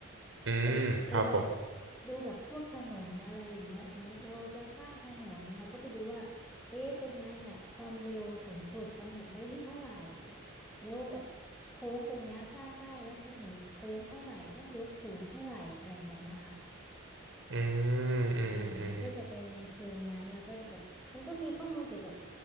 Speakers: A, on the right; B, in the centre.
A: อืมครับผม
B: เป็นเป็นแบบดูแบบพวกถนนอะไรอย่างเงี้ยสมมติเราจะสร้างถนนเราก็ไปดูว่าเอ๊ะตรงเนี้ยเนี่ยความเร็วสูงสุดกำหนดได้ที่เท่าไหร่แล้วแบบโค้งตรงเนี้ยสร้างได้รัศมีโค้งเท่าไหร่ต้องยกสูงเท่าไหร่อะไรแบบเนี้ยค่ะ
A: อืมอืมอืม
B: เออมันก็จะไปในเชิงนั้นแล้วก็จะแบบ มันก็มีข้อมูลเกี่ยวกับ